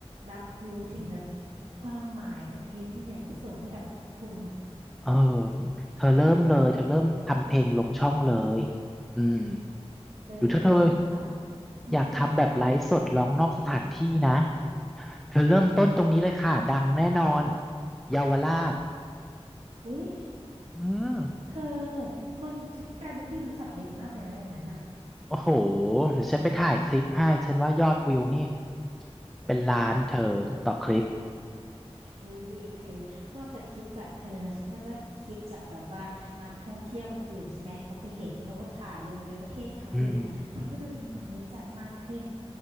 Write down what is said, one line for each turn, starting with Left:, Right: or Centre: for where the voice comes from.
Right: รับรู้ถึงแบบความหมายจากเพลงที่อยากจะส่งให้กับทุกคนน่ะ
Centre: เออ เธอเริ่มเลย เธอเริ่มทำเพลงลงช่องเลยอืม
Right: เออฉันจะทำหึ
Centre: หรือถ้าเธออยากทำแบบไลฟ์สดร้องนอกสถานที่นะ เธอเริ่มต้นตรงนี้เลยค่ะ ดังแน่นอนเยาวราช
Right: อุ๊ย
Centre: อืม
Right: เธอคนฉันกลายเป็นที่รู้จักเยอะมากเลยนะอย่างนั้นน่ะ
Centre: โอ้โหเดี๋ยวฉันไปถ่ายคลิปให้ฉันว่ายอดวิวนี่เป็นล้านเธอต่อคลิป
Right: อุ้ยดีเธอนอกจากคลิปจากเธอนะฉันก็ได้คลิปจากแบบว่านักท่องเที่ยวคนอื่นใช่ไหมเขาไปเห็นเขาก็ถ่ายลงไปประเทศเขาอย่างเงี้ยฉันก็จะมีคนรู้จักมากขึ้น
Centre: อืม